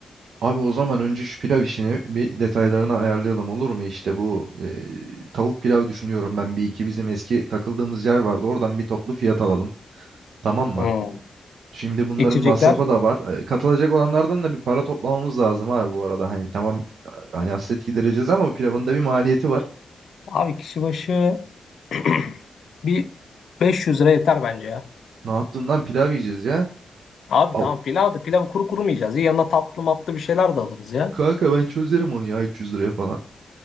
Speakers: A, on the right; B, on the left.
A: Abi o zaman önce şu pilav işini bir detaylarını ayarlayalım olur mu? İşte bu e, tavuk pilav düşünüyorum ben bir iki bizim eski takıldığımız yer vardı. Oradan bir toplu fiyat alalım. Tamam mı?
B: Hmm.
A: Şimdi bunların
B: İçecekler.
A: masrafı da var. E, Katılacak olanlardan da bir para toplamamız lazım abi bu arada. Hani tamam hani hasret gidereceğiz ama pilavın da bir maliyeti var.
B: Abi kişi başı <clears throat> bir 500 lira yeter bence ya.
A: Ne yaptığından pilav yiyeceğiz ya.
B: Abi
A: Al-
B: tamam pilav da pilavı kuru kuru mu yiyeceğiz? Ya yanına tatlı matlı bir şeyler de alırız ya.
A: Kanka ben çözerim onu ya 300 liraya falan.